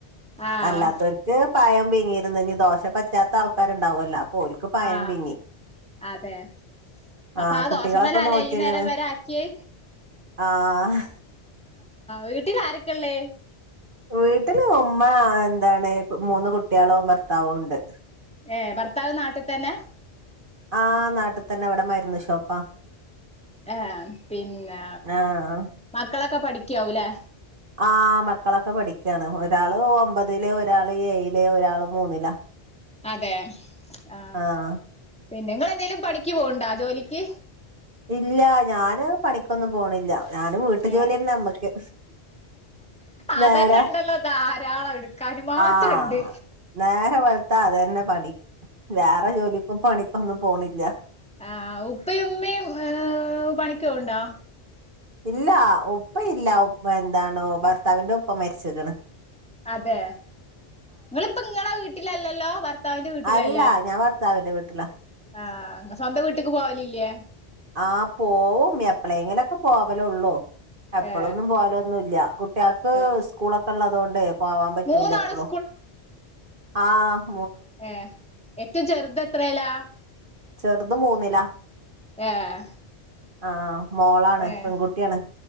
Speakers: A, in the centre; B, on the right (about 50°).
A: ആഹ്
B: അല്ലാത്തവർക്ക് പഴം പീങ്ങിയിരുന്ന് ദോശ പറ്റാത്ത ആൾക്കാരുണ്ടാവുമല്ലോ ഓൽക്ക് പയം
A: ആഹ്
B: പിങ്ങി
A: അതെ അപ്പൊ
B: ആഹ്
A: ആ
B: കുട്ടികളൊക്കെ
A: ദോ ശമലാല്ലേ
B: നോറ്റിരിക്കണ്
A: ഈ നേരം വരെ ആക്കിയെ
B: ആഹ്
A: വീട്ടി ൽ ഇത് ആരൊക്കെയാ ഉള്ളേ
B: വീട്ടില് ഉമ്മ എന്താണ് മൂന്ന് കുട്ടികളും ഭർത്താവും ഉണ്ട്
A: ഏഹ് ഭർത്താവ് നാട്ടിൽത്തന്നെ
B: ആ നാട്ടിൽത്തന്നെ ഇവിടെ മര്ന്ന് ഷോപ്പാ
A: ഏ പിന്നെ
B: ആഹ്
A: മക്കളൊക്കെ പഠിക്കാവൂലേ
B: ആ മക്കളൊക്കെ പഠിക്കയാണ് ഒരാള് ഒമ്പതില് ഒരാള് ഏയില് ഒരാള് മൂന്നിലാ
A: അതെ ആ
B: ആഹ്
A: പിന്നെ നിങ്ങളെന്തെങ്കിലും പണിക്ക് പോക്ണ്ടോ ജോലിക്ക്
B: ഇല്ല ഞാന് പണിക്കൊന്നും പോണില്ല ഞാന് വീട്ടു ജോലി
A: ഏ
B: തന്നെ നമ്മക്ക്
A: അതന്നെ
B: വേറെ
A: ഉണ്ടല്ലോ ധാരാളം എടുക്കാന് മാത്രണ്ട്
B: ആഹ നേരെ വ ളുത്ത. അതന്നെ പണി വേറെ ജോലിക്കും പണിക്കൊന്നും പോണില്ല
A: ആഹ ഉപ്പയും ഉമ്മയും പണിക്ക് പോകുന്നുണ്ടോ
B: ഇല്ല ഉപ്പ ഇല്ലപ്പ എന്താണോ ഭർത്താവിന്റെ ഉപ്പ മരിച്ച്ക്കണ്
A: അതെ നിങ്ങളിപ്പ നിങ്ങളെ വീട്ടിലല്ലല്ലോ ഭർത്താവിറെ വീട്ടിലല്ലേ
B: അല്ല ഞാൻ ഭർത്താവിന്റെ വീട്ടില
A: ആഹ് അ സ്വന്തം വീട്ടിക്ക് പോവലല്ലേ
B: ആ പോവും എപ്പളെങ്കിലുംക്കെ പോവലേ ഉള്ളൂ എപ്പോഴൊന്നും
A: ഏ
B: പോലൊന്നുമല്ല കുട്ടികൾക്ക്
A: ഏ
B: സ്കൂളൊക്കെ ഉള്ളതുകൊണ്ട് പോവാൻ പറ്റൂല
A: മൂന്നാളും
B: എപ്പളും ആഹ
A: ഏ ഏറ്റവും ചെറുത എത്രല്ലാ
B: ചെറുത മൂന്നില്ലാ
A: ഏഹ്
B: ആഹ മോളാണ്
A: ഏഹ്
B: പെൺകുട്ടിയാണ്